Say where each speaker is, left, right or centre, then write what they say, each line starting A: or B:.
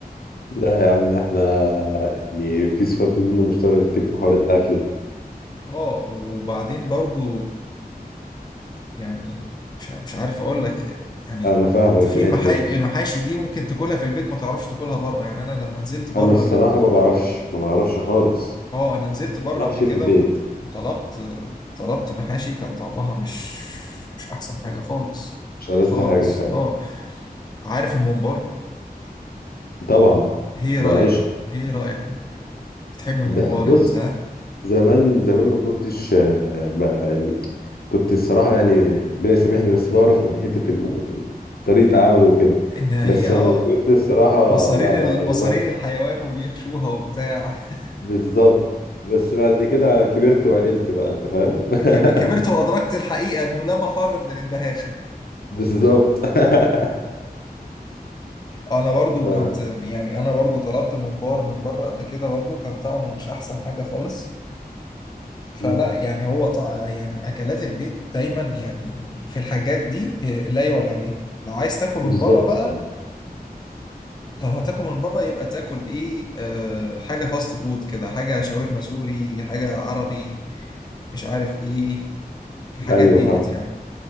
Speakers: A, on the left (about 70°); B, on the left (about 25°).
A: لا يا عم احنا يعني في صفات منه مشتركة كتير في حوار الاكل ده
B: اه وبعدين برضو يعني مش ع- مش عارف اقول لك يعني
A: انا فاهمك
B: في
A: في الحتة
B: المحاشي
A: دي
B: المحاشي دي ممكن تاكلها في البيت ما تعرفش تاكلها بره يعني انا لما نزلت بره
A: انا الصراحة
B: قبل
A: ما بعرفش ما بعرفش خالص
B: اه انا نزلت بره
A: محشي
B: قبل كده
A: في البيت
B: و... وطلبت طلبت محاشي كان طعمها مش مش احسن حاجة خالص
A: مش ألذ
B: خالص
A: حاجة فعلا
B: اه عارف الممبار
A: طبعا
B: ايه
A: ده
B: رأيك
A: العيش
B: في... ايه رأيك في الممبار بتحب الممبار
A: ده بص
B: انت ها
A: زمان زمان ما كنتش آه، بقى يعني كنت الصراحة يعني ربنا يسامحني بس بعرف من حتة الم... طريقة عمله وكده
B: ان هي
A: بس
B: اه
A: لما كبرت الصراحة
B: مصارين
A: لا
B: المصارين
A: يعني ب-
B: الحيوان وبيحشوها وبتاع <laughs>
A: بالظبط بس بعد كده كبرت وعقلت بقى انت فاهم
B: كب-
A: <laughs>
B: كبرت وادركت الحقيقه انه لا مفر من الاندهاشه
A: بالظبط <laughs>
B: انا برضو
A: ف...
B: كنت يعني انا برضو طلبت ممبار من بره قبل كده برضو كان طعمه مش احسن حاجه خالص فلا
A: مم.
B: يعني هو طع... يعني اكلات البيت دايما يعني في الحاجات دي آه، لا يعلى عليها لو عايز تاكل من
A: بالظبط
B: بره بقى
A: الصراحة
B: لو هتاكل من بره يبقى تاكل ايه آه حاجه فاست فود كده حاجه شاورما سوري حاجه عربي مش عارف ايه الحاجات
A: ايوه
B: ديت
A: فاهم
B: يعني